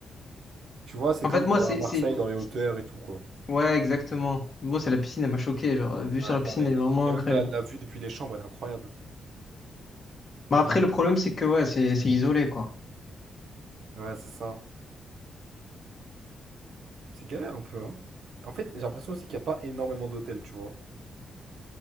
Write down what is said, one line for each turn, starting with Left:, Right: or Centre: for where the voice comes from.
Right: Tu vois, c'est
Left: En
Right: comme
Left: fait, moi,
Right: genre
Left: c'est,
Right: à Marseille,
Left: c'est,
Right: dans les hauteurs
Left: c'est-
Right: et tout, quoi.
Left: ouais, exactement. Bon, c'est la piscine, elle m'a choqué. Genre, vue
Right: Ouais,
Left: sur la piscine,
Right: pareil.
Left: elle est vraiment
Right: Mais
Left: incroyable.
Right: même la, la vue depuis les chambres, elle est incroyable.
Left: Mais après, le problème, c'est que, ouais, c'est c'est isolé, quoi.
Right: Ouais, c'est ça. C'est galère un peu, hein. En fait, j'ai l'impression aussi qu'il n'y a pas énormément d'hôtels, tu vois.